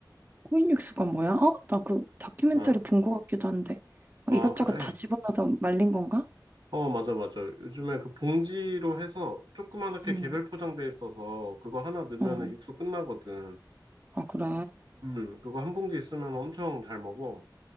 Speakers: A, on the right; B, on the right.
A: 코인육수가 뭐야? 어? 나 그 다큐멘터리
B: 어,
A: 본 것 같기도 한데. 어,
B: 아
A: 이것저것
B: 그래?
A: 다 집어넣어서 말린 건가?
B: 어 맞아 맞아. 요즘에 그 봉지로 해서 조그맣게
A: 응,
B: 개별 포장돼 있어서 그거 하나 넣으면
A: 어.
B: 육수 끝나거든.
A: 아, 그래.
B: 음, 그거 한 봉지 있으면 엄청 잘 먹어.